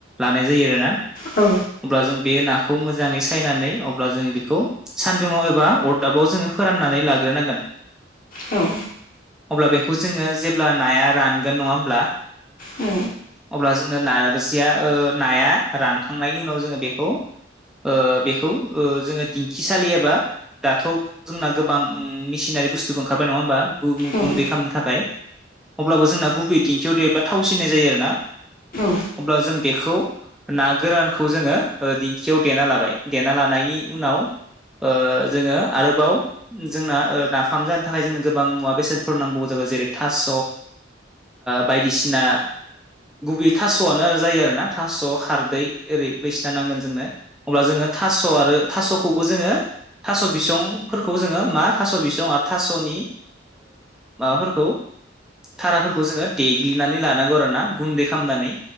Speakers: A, in the centre; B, on the left (about 50°).
A: लानाय जायो आरोना।
B: औ
A: अब्ला जों बे नाखौ मोजाङै सायनानै अब्ला जों बेखौ सानदुुंवाव एबा अरदाबाव जोङो फोराननानै लाग्रोनांगोन।
B: औ
A: अब्ला बेखौ जोङो जेब्ला नाया रानगोन नङा होमब्ला
B: औ
A: अब्ला जोङो नारसिया नाया रानखांनायनि उनाव जोङो बेखौ ओ बेखौ ओ जोङो दिंखिसालि एबा दाथ' जोंना गोबां म मिसिनारि बुस्थुबो ओंखारबाय नङा होमबा गु-गुन्दै
B: औ
A: खालामनो थाखाय अब्लाबो जोंना गुबै दिंखियाव देरब्ला थावसिनाय जायो आरोना।
B: औ
A: अब्ला जों बेखौ ना गोरानखौ जोङो दिंखियाव देना लाबाय देना लानायनि उनाव जोङो आरोबाव जोंना नाफाम जानो थाखाय जोंनो गोबां मुवा बेसादफोर नांगौ जाबाय जेरै थास' बायदिसिना गुबै थास'आनो जायो आरोना थास' खारदै ओरै बैसिना नांगोन जोंनो। अब्ला जोङो थास' आरो थास'खौबो जोङो थास' बिसंफोरखौ खौ जोङो मा थास' बिसं आरो थास'नि माबाफोरखौ थाराफोरखौ जोङो देग्लिनानै लानांगौ आरोना गुन्दै खालामनानै।